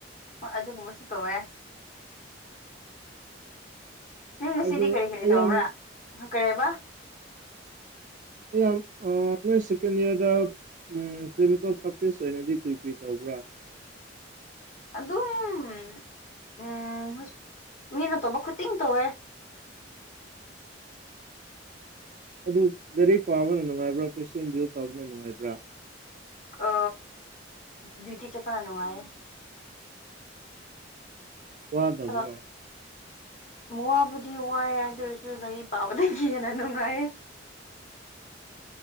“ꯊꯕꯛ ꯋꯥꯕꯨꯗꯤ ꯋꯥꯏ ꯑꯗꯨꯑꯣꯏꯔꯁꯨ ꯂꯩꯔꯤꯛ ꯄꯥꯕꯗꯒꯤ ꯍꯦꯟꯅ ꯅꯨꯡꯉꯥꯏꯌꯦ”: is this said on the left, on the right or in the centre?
Left